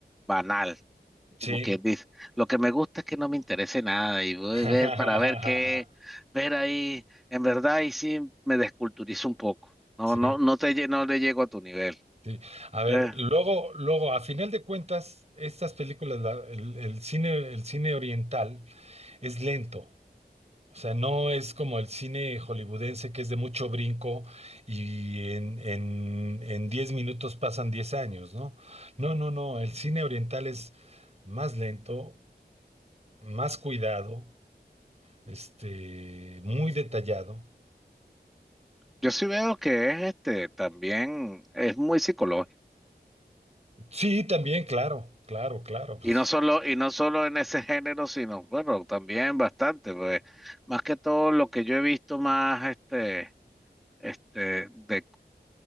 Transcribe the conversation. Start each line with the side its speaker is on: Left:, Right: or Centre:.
Centre: banal,
Right: sí.
Centre: como quien dice. Lo que me gusta es que no me interese nada y voy
Right: <laughs>
Centre: a ver para ver qué, ver ahí, en verdad y sí me desculturizo un poco. No,
Right: Sí,
Centre: no, no te lle- no le llego a tu nivel.
Right: sí. A ver,
Centre: Eh,
Right: luego, luego, a final de cuentas, estas películas, la- el, el cine, el cine oriental es lento. O sea, no es como el cine hollywoodense que es de mucho brinco y en, en, en 10 minutos pasan 10 años, ¿no? No, no, no, el cine oriental es más lento, más cuidado, este, muy detallado.
Centre: yo sí veo que es este también es muy psicológico.
Right: Sí, también, claro, claro, claro, pues
Centre: Y no solo, y no solo en ese género, sino, bueno, también bastante, pues, más que todo lo que yo he visto más este este, de